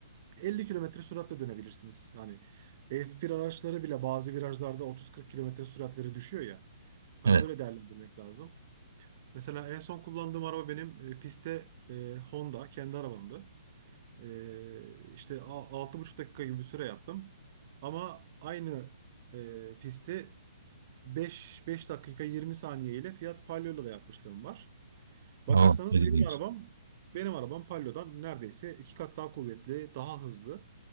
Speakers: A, on the right; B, on the right.
A: 50 kilometre süratle dönebilirsiniz. Hani F1 araçları bile bazı virajlarda 30-40 kilometre süratleri düşüyor ya. Hani
B: Evet.
A: öyle değerlendirmek lazım. Mesela en son kullandığım araba benim e, pistte e, Honda kendi arabamdı. E, işte a- 6,5 dakika gibi bir süre yaptım. Ama aynı e, pisti 5, 5 dakika 20 saniye ile Fiat Palio'yla da yapmışlığım var. Bakarsanız
B: Aa, ilginç.
A: benim arabam benim arabam Palio'dan neredeyse iki kat daha kuvvetli, daha hızlı.